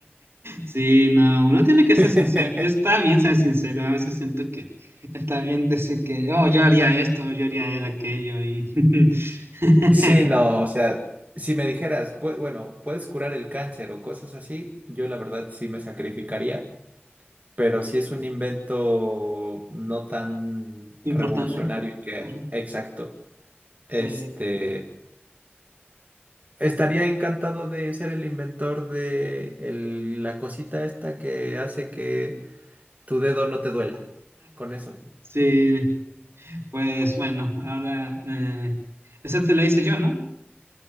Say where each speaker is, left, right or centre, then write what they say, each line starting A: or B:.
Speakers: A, on the right; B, on the right.
A: Sí, no, uno tiene que ser
B: <laughs>
A: sincero. Está bien ser sincero. A veces siento que está bien decir que, oh, yo haría esto, yo haría él aquello y <laughs>
B: Sí, no, o sea, si me dijeras, "Pue- bueno, puedes curar el cáncer o cosas así, yo la verdad sí me sacrificaría, pero si es un invento no tan
A: importante.
B: revolucionario y que,
A: claro.
B: exacto,
A: Sí,
B: este, Estaría encantado de ser el inventor de el- la cosita esta que hace que tu dedo no te duela. Con eso.
A: sí. Pues bueno, ahora eh, esa te la hice yo, ¿no?